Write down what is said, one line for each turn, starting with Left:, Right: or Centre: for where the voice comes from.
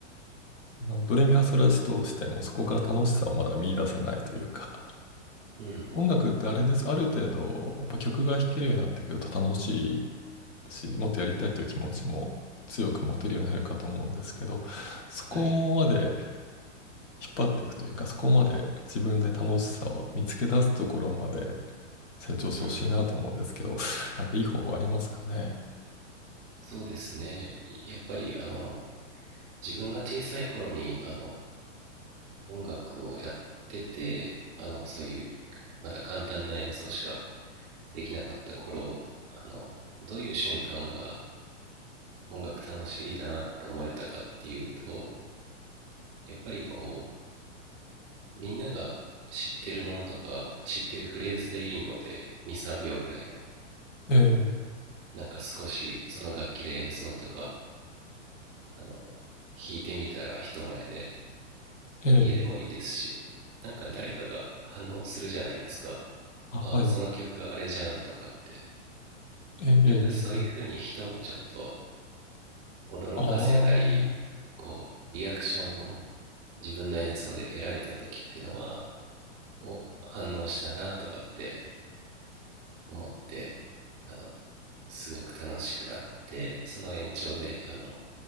Left: まあドレミファソラシとしてもそこから楽しさをまだ見出せないというか、
Right: うん。
Left: 音楽ってあれです。ある程度、やっぱ曲が弾けるようになってくると楽しいし、もっとやりたいという気持ちも強く持てるようになるかと思うんですけど、そこまで
Right: はい。
Left: 引っ張っていくというか、そこまで自分で楽しさを見つけ出すところまで成長してほしいなと思うんですけど、
Right: うん。
Left: なんかいい方法ありますかね。
Right: そうですね。やっぱり、あの、自分が小さい頃に、あの、音楽をやっててあのそういうまだ簡単な演奏しかできなかった頃あのどういう瞬間が音楽楽しいなって思えたかっていうとやっぱりこうみんなが知ってるものとか知ってるフレーズでいいので23秒ぐらいの
Left: え
Right: なんか少しその楽器で演奏とかあの弾いてみたら人前で
Left: え、ええ、
Right: 家でもいいですしなんか誰かが反応するじゃないですか
Left: あ、
Right: あその曲あれじゃんとかって
Left: はい。ええ、ええ、
Right: なんかそういうふうに人をちょっと
Left: ええ。
Right: 驚かせたり、
Left: あ
Right: こう、リアクションを自分の演奏で得られた時ってのは、お、反応したなとかって思って、あの、すごく楽しくなって、その延長で、あの、